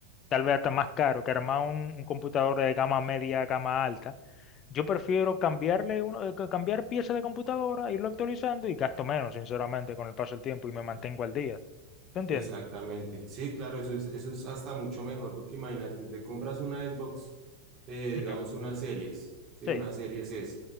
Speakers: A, on the left; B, on the right.
A: tal vez hasta más caro que armar un, un computador de gama media a gama alta. Yo prefiero cambiarle uno, eh, ca- cambiar piezas de computadora, irlo actualizando y gasto menos, sinceramente, con el paso del tiempo y me mantengo al día. ¿Tú entiendes?
B: Exactamente. Sí, claro, eso es, eso es hasta mucho mejor porque imagínate, te compras una Xbox, eh,
A: Ujú.
B: digamos unas series, sí,
A: Sí.
B: una series S,